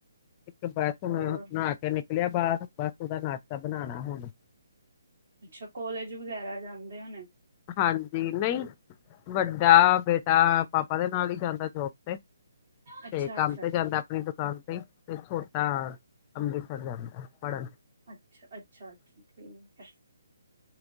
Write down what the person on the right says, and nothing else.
ਹੋਰ
ਅੱਛਾ ਕੋਲੇਜ ਵਗੈਰਾ ਜਾਂਦੇ ਹੋਣੇ
ਅੱਛਾ
ਅੱਛਾ
ਅੱਛਾ ਅੱਛਾ ਅੱਛਾ ਠੀਕ